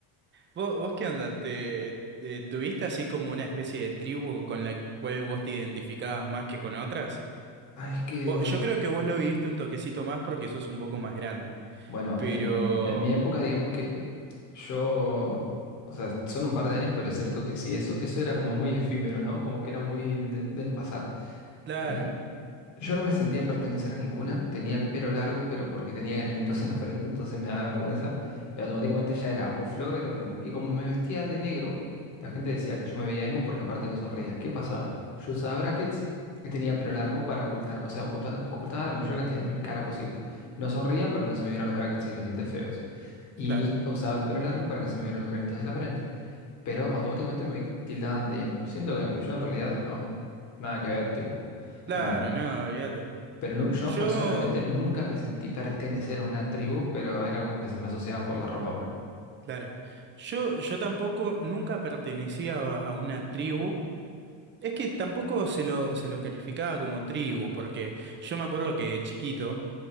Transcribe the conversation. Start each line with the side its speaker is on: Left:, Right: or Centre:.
Right: ¿Vos, vos qué onda? ¿Te, eh, tuviste así como una especie de tribu con la cual vos te identificabas más que con otras?
Left: Ay, es que
Right: Vos-
Left: los
Right: yo creo que vos lo viviste un toquecito más porque sos un poco más grande.
Left: Bueno,
Right: Pero...
Left: en, en mi época, digamos que yo, o sea, son un par de años, pero es cierto que sí, eso, eso era como muy efímero, ¿no? Como que era muy de- del pasar.
Right: Claro,
Left: Y yo no me sentía pertenecer a ninguna. Tenía el pelo largo, pero porque tenía granitos en la frente, entonces me daba vergüenza. Y automáticamente ya era o flogger o emo. Y como me vestía de negro, la gente decía que yo me veía emo porque aparte no sonreía. ¿Qué pasaba? Yo usaba brackets y tenía pelo largo para ocultar, o sea, oculta- ocultaba la mayor cantidad de mi cara posible. No sonreía para que no se me vieran los brackets y los dientes feos. Y
Right: claro.
Left: usaba el pelo largo para que no se me vieran los granitos de la frente pero automáticamente me tildaban de emo, siendo que yo en realidad no, nada que ver, tipo,
Right: Claro,
Left: no,
Right: no, olvídate.
Left: pero nu- yo
Right: Yo...
Left: personalmente nunca me sentí pertenecer a una tribu, pero era como que se me asociaba por la ropa, por...
Right: Claro. Yo, yo tampoco nunca pertenecía a a una tribu. Es que tampoco se lo, se lo calificaba como tribu, porque yo me acuerdo que de chiquito